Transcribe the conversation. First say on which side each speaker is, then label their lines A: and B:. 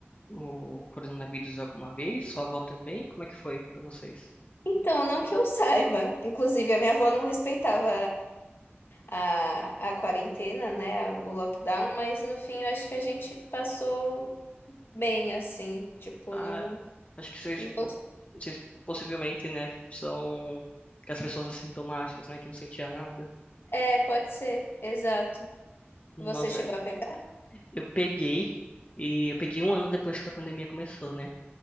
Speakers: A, on the left (about 35°); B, on the left (about 60°).
A: o coronavírus alguma vez? Sua avó também? Como é que foi pra vocês?
B: Então, não que eu saiba. Inclusive, a minha avó não respeitava a, a quarentena, né? O lockdown, mas no fim eu acho que a gente passou bem, assim. Tipo,
A: Ah,
B: não.
A: Acho que vocês,
B: E você...
A: po- vocês possivelmente, né, são as pessoas assintomáticas, né, que não sentia nada.
B: É, pode ser, exato.
A: Nossa,
B: Você chegou a pegar?
A: eu peguei e eu peguei um ano depois que a pandemia começou, né?